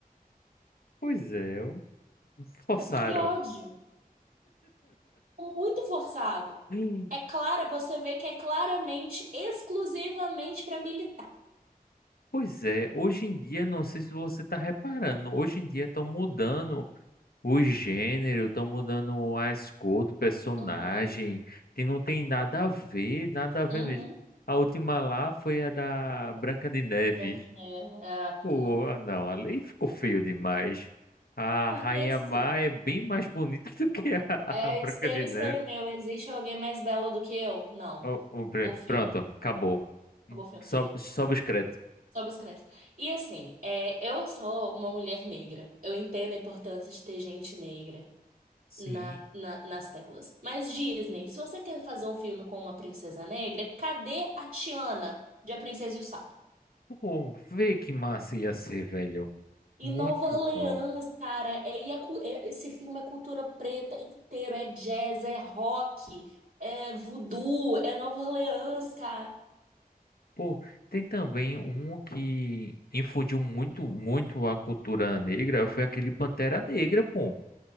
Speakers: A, on the left; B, on the right.
A: Pois é, eu- forçaram.
B: que ódio, muito forçado.
A: Hum.
B: É clara, você vê que é claramente, exclusivamente para militar.
A: Pois é, hoje em dia, não sei se você tá reparando, hoje em dia estão mudando o gênero, estão mudando as cores do personagem,
B: Uhum,
A: que não tem nada a ver, nada a ver
B: uhum.
A: mesmo. A última lá foi a da Branca de Neve.
B: Branca de Neve. é,
A: Pô,
B: não.
A: ah, não, ali ficou feio demais. A
B: porque
A: Rainha
B: assim,
A: Má é bem mais bonita <laughs> do que a,
B: é,
A: a Branca
B: espelho,
A: de
B: espelho
A: Neve.
B: meu, existe alguém mais bela do que eu? Não.
A: O, o Bran-
B: Acabou o filme,
A: pronto, acabou.
B: acabou o filme.
A: Sobe, sobe os créditos.
B: Sobe os créditos. E assim, é, eu sou uma mulher negra. Eu entendo a importância de ter gente negra
A: Sim.
B: na, na- nas telas. Mas Disney, se você quer fazer um filme com uma princesa negra, cadê a Tiana de A Princesa e o Sapo?
A: Pô, vê que massa ia ser, velho.
B: Em
A: Muito
B: Nova Orleans,
A: top.
B: cara, é, e a cu- é- esse filme é cultura preta inteiro, é jazz, é rock, é voodoo, é Nova Orleans, cara.
A: Pô, tem também um que infundiu muito, muito a cultura negra, foi aquele Pantera Negra, pô.